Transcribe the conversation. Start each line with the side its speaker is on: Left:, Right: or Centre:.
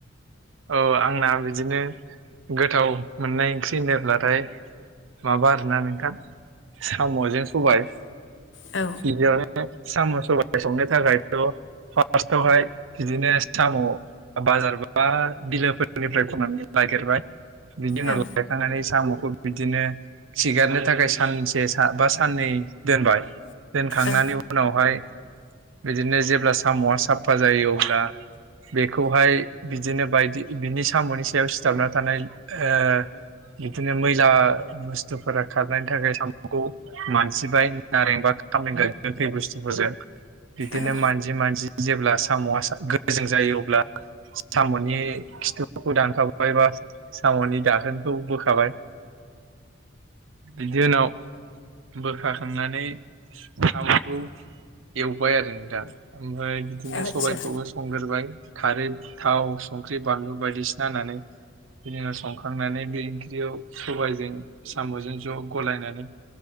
Right: औ आंना बिदिनो गोथाव मोननाय ओंख्रि होनोब्लाथाय माबा आरोना नोंथां साम'जों सबाय
Left: औ
Right: गिबियावनो साम' सबाइ संनो थाखाय थ' फार्सथावहाय बिदिनो साम' बाजारबा बा बिलोफोरनिफ्राय खननानै नागिरबाय बिनि उनाव
Left: औ
Right: लायखांनानै साम'खौ बिदिनो खिगारनो थाखाय सानसे बा साननै दोनबाय दोनखांनायनि
Left: ओ
Right: उनावहाय बिदिनो जेब्ला साम'आ साफा जायो अब्ला बेखौहाय बिदिनो बायदि बिनि साम'नि सायाव सिथाबना थानाय ओ बिदिनो मैला बुस्थुफोरा खारनायनि थाखाय साम'खौ मानजिबाय नारेंबा कारजि गोखै बुस्थुफोरजों बिदिनो
Left: औ
Right: मानजि मानजि जेब्ला साम'आ गोजों जायो अब्ला साम'नि खिथुफोरखौ दानखावबाय बा साम'नि दाखोनखौ बोखाबाय बिनि उनाव बोखाखांनानै साम'खौ एवबाय आरो नोंथां ओमफ्राय बिदिनो
Left: आदसा
Right: सबायाइखौबो संग्रबाय खारै थाव संख्रि बानलु बायदिसिना होनानै बिनि उनाव संखांनानै बे ओंख्रियाव सबायजों साम'जों ज' गलायनानै